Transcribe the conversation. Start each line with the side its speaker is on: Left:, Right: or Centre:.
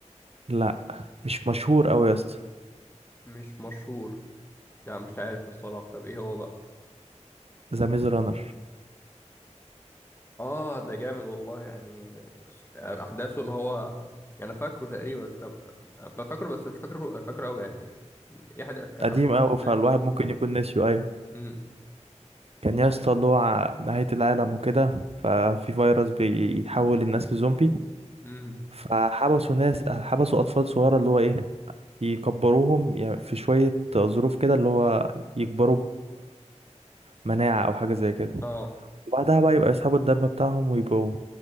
Right: لا مش مشهور قوي يا اسطى
Left: مش مشهور يعني مش عارف الصراحه طب ايه هو بقى
Right: ذا ميز رانر
Left: اه ده جامد والله يعني س- يعني احداثه اللي هو يعني انا فاكره تقريبا طب أبقى فاكره بس مش فاكره فاكره قوي يعني ايه حد كانت
Right: قديم
Left: عارفه ماشيه
Right: قوي
Left: ازاي
Right: فالواحد
Left: طبعا
Right: ممكن يكون ناسيه ايوه
Left: امم
Right: كان يا اسطى اللي هو نهاية العالم وكده ففي فيروس بيحول الناس لزومبي
Left: امم
Right: فحبسوا ناس حبسوا أطفال صغيرة اللي هو إيه يكبروهم يعني في شوية ظروف كده اللي هو يكبروا بمناعة أو حاجة زي كده
Left: اه
Right: وبعدها بقى يبقى يسحبوا الدم بتاعهم ويبقوا